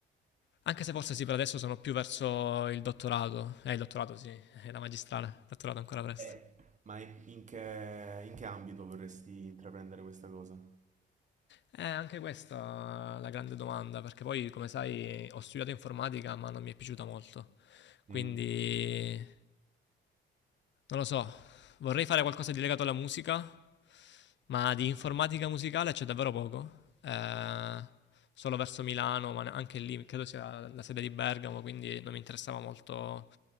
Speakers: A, on the left; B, on the right.
A: Anche se forse sì, per adesso sono più verso il dottorato. Eh, il dottorato sì, è la magistrale, il dottorato ancora presto.
B: Eh. ma in in che, in che ambito vorresti intraprendere questa cosa?
A: Eh, anche questa è la grande domanda, perché poi, come sai, ho studiato informatica, ma non mi è piaciuta molto. Quindi
B: Mhm.
A: non lo so, vorrei fare qualcosa di legato alla musica, ma di informatica musicale c'è davvero poco. Eh, solo verso Milano, ma anche lì credo sia la, la sede di Bergamo, quindi non mi interessava molto